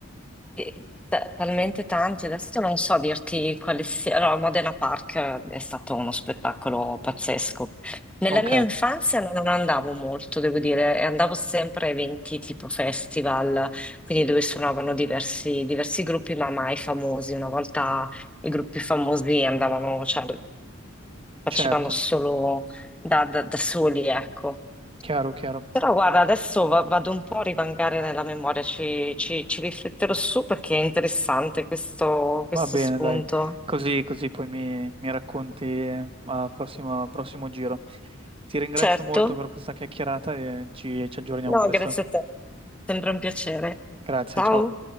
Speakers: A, in the centre; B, on the right (about 25°).
A: eh, ta- talmente tanti, adesso non so dirti quali sia. Allora, Modena Park è stato uno spettacolo pazzesco. Nella
B: Ok,
A: mia infanzia non andavo molto, devo dire, e andavo sempre a eventi tipo festival, quindi dove suonavano diversi, diversi gruppi, ma mai famosi. Una volta i gruppi famosi andavano, cioè, facevamo
B: certo,
A: solo da, da- da soli, ecco.
B: chiaro, chiaro.
A: Però guarda, adesso va- vado un po' a rivangare nella memoria, ci, ci- ci rifletterò su perché è interessante questo,
B: Va
A: questo
B: bene,
A: spunto.
B: dai, così, così poi mi, mi racconti eh, al prossimo, al prossimo giro. Ti ringrazio
A: Certo?
B: molto per questa chiacchierata e ci ci aggiorniamo
A: No,
B: presto.
A: grazie a te, sempre un piacere.
B: Grazie,
A: Ciao.
B: ciao.